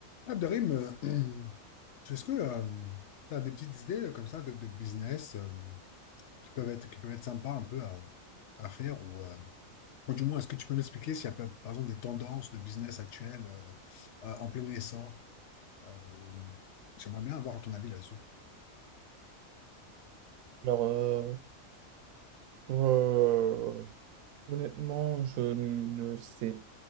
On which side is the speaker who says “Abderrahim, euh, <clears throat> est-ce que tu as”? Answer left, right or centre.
Left